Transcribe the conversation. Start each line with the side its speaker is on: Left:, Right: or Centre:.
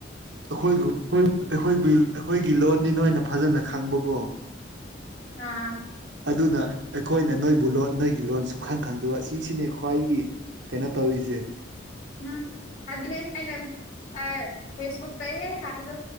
Right: ꯑꯈꯣꯏꯒꯨ ꯈꯣꯏ ꯑꯩꯈꯣꯏ ꯕꯤꯜ ꯑꯩꯈꯣꯏꯒꯤ ꯂꯣꯟꯗꯤ ꯅꯣꯏꯅ ꯐꯖꯅ ꯈꯪꯕꯀꯣ
Left: ꯑꯥ
Right: ꯑꯗꯨꯅ ꯑꯩꯈꯣꯏꯅ ꯅꯣꯏꯕꯨ ꯂꯣꯟ ꯅꯣꯏꯒꯤ ꯂꯣꯟ ꯁꯨꯈꯪ ꯈꯪꯗꯕ ꯁꯤꯁꯤꯅꯦ ꯈ꯭ꯋꯥꯏꯒꯤ ꯀꯩꯅꯣ ꯇꯧꯔꯤꯖꯦ
Left: ꯎꯝ ꯑꯗꯨꯅꯦ ꯍꯥꯏꯅ ꯑꯥ ꯐꯦꯁꯕꯨꯛꯇꯥ ꯍꯦ ꯍꯥꯏꯕꯗꯨ